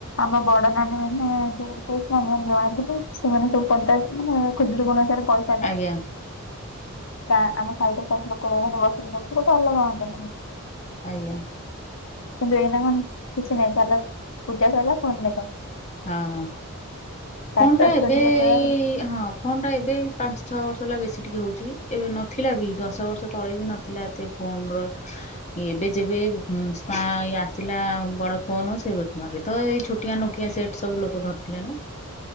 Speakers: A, on the left (about 60°); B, on the left (about 30°).
A: ଆମ ବଡ ନାନୀ ଆମ ବୋଉ କୋହୁଥିଲେ ଆମ ନୂଆ ଘରୁ ସେମାନେ ସବୁ କରଦେଇଥିଲେ ଖୁଦୁରୁକୁଣୀ ଓଷାରେ ପଇସ <unintelligible>
B: ଆଜ୍ଞା
A: ଗାଁ ଆମ ସାଇ ତ ସବୁ ଲୋକ ବାକ ବସରେ <unintelligible>
B: ଆଜ୍ଞା।
A: କିନ୍ତୁ ଏଇନା କଣ କିଛି ନାଇଁ ଚାଲ ପୂଜା ସରିଲା ଫୋନ୍ ଦେଖ।
B: ହଁ
A: ଟାଟା
B: ଫୋନଟା
A: ଷ୍ଟୋରି
B: ଏବେ
A: ପକେଇବାରେ
B: ଏଇ ହଁ ଫୋନଟା ଏବେ ଏଇ ପାଞ୍ଚଛଅ ବର୍ଷ ହେଲା ବେଶୀ ଟିକେ ହୋଉଚି ଏବେ ନଥିଲା ବି ଦଶ ବର୍ଷ ତଳେ ବି ନଥିଲା। ଏତେ ଫୋନର ଏଇ ଏବେ ଯେବେ ଏ ଉଁ ସ୍ପା ଏ ଆ ଆସିଲା ବଡ଼ ଫୋନ ସେବେଠୁ ଆଗେ ତ ଏଇ ଛୋଟିଆ ନୋକିଆ ସେଟ୍ ସବୁ ଲୋକ ଧରୁଥୁଲେ ନା।